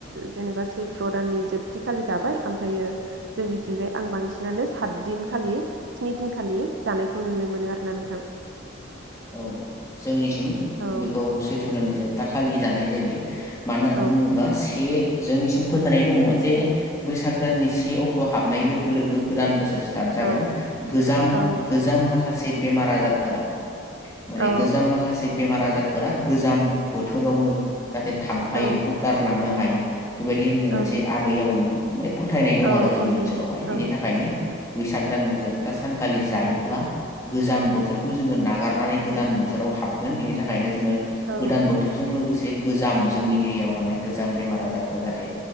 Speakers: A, on the right (about 60°); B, on the left (about 15°).
A: जेनेबा सैथ्र' दाननि जोबथिखालि जाबाय ओमफ्रायो जोंनिथिंजाय आं बांसिनानो सात दिनखालि। स्नि दिनखालि जानायखौ नुनो मोनो आरो ना नोंथां?
B: औ जोंनिथिं
A: औ
B: बेखौ सैथ्र। दाननि जोबथा खालि जानाय जायो। मानो होननानै
A: औ
B: बुङोब्ला से जोंनिसिम फोथायनाय दङ जे बैसाग दाननि से अक्ट' हाबनाय लोगो लोगो गोदान बोसोर। स्टार्ट जागोन
A: औ
B: गोजाम
A: औ
B: गोजाम माखासे माखासे बेमार आजारफोरा। माने
A: औ
B: गोजाम माखासे बेमार आजार बा गोजाम बोथोरावनो। जाहाथे थांफायो
A: औ
B: बेखौ गारलांनो हायो। बेबायदि होननाय मोनसे
A: औ
B: आबै आबौनि माने फोथायनाय दं
A: औ
B: आरो जोंनि
A: औ नंगौ
B: ओनसोलावहाय
A: नोंथां
B: बिनि
A: औ
B: थाखायनो
A: उम
B: बैसाग दाननि जोबथा सानखालि जायोब्ला गोजां बोथोरखौ जोङो नागार गोदान बोथोराव हाबगोन बेनि थाखायनो जो
A: औ
B: गोदान बोथोरजों लोगोसे जे गोजाम जोंनि देहायाव थानाय गोजाम बेमार आजारफ्रा जाहाथे